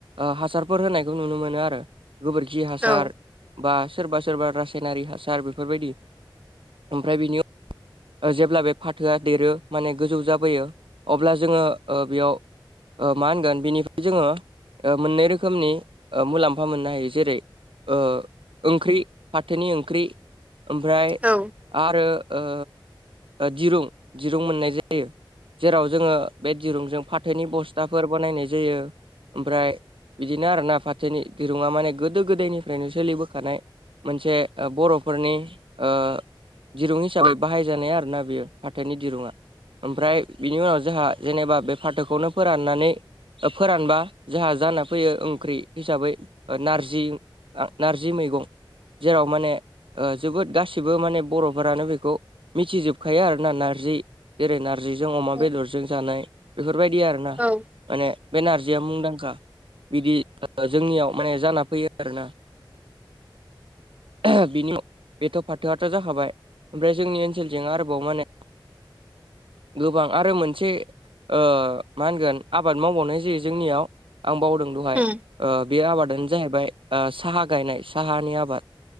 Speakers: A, on the right; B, on the right.
A: ओ हासारफोर होनायखौ नुनो मोनो आरो गोबोरखि हासार
B: औ
A: बा सोरबा सोरबा रासायनारि हासार बेफोरबायदि ओमफ्राय बेनि ओ जेब्ला बे फाथोआ देरो माने गोजौ जाबोयो अब्ला जोङो बेयाव ओ मा होनगोन बेनिफ्राय जोङो मोननै रोखोमनि ओ मुलाम्फा मोननो हायो जेरै ओ ओंख्रि फाथोनि ओंख्रि आमफ्राय
B: औ
A: आरो ओ दिरुं दिरुं मोननाय जायो जेराव जोङो बे दिरुंजों फाथोनि बस्थाफोर बानायनाय जायो ओमफ्राय बिदिनो आरोना फाथोनि दिरुंङा माने गोदो गोदायनिफ्रायनो सोलिबोखानाय मोनसे बरफोरनि ओ दिरुंनि हिसाबै बाहायजानाय आरो ना बेयो फाथोनि दिरुंङा आमफ्राय बिनि उनाव जोंहा जेनेबा बे फाथोखौनो फोराननानै फोरानबा जोंहा जाना फैयो ओंख्रि हिसाबै नारजि आ नारजि मैगं, जेराव माने ओ जोबोद गासिबो माने बरफोरानो बे खौ मिथिजोबखायो आरोना नारजि जेरै नार्जिजों अमा
B: औ
A: बेदरजों जानाय बेफोरबायदि आरोना
B: औ
A: माने बेनारजिया मुंदांखा बिदि जोंनियाव माने जाना फैयो आरोना। आहा बिनि बेथ फाथोआथ जाखाबाय ओमफ्राय जोंनि ओनसोलजों आरोबाव माने गोबां आरो मोनसे ओ मा होनगोन आबाद मावबावनाय जायो जोंनियाव आं बावदों दहाय
B: उम
A: ओ बे आबादानो जाहैबाय साहा गायनाय साहानि आबाद‌।